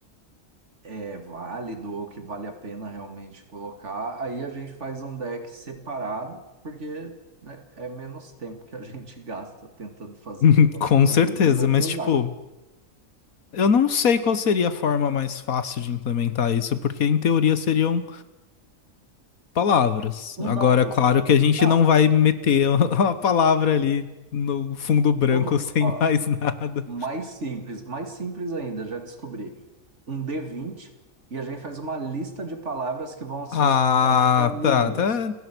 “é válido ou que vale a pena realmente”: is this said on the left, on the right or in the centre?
Right